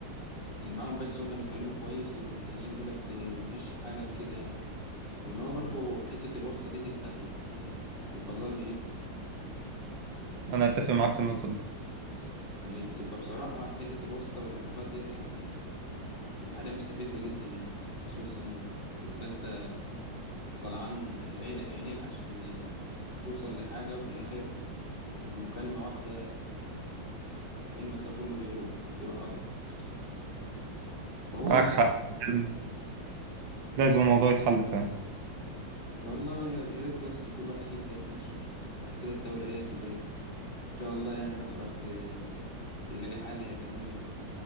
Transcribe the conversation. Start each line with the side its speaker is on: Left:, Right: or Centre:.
Left: اللي معاهم بس هم اللي اتعلموا كويس والتانيين دولت آه، مشي حالك كده يعني وان هو برضو حتة الواسطة دي تتلغي يعني هي تبقى ظالمة جدا يعني
Right: انا اتفق معاك في النقطة دي
Left: يعني بتبقى بصراحة حتة الواسطة والعلاقات ديت يعني بتبقى حاجة مستفزة جدا يعني خصوصا بتبقى أنت طلعان عين عينيك عشان توصل لحاجة وفي الآخر بمكالمة واحدة حلمك ده كله بيروح بيروح هدر من الآخر فهو
Right: معاك حق لازم لازم الموضوع يتحل فعلا
Left: والله يا يا ريت بس كل واحد يبدأ بنفسه وبعد كده الدولة إيه تبقى إيه. إن شاء الله يعني رخرت يلاقي حل يا كمان لل...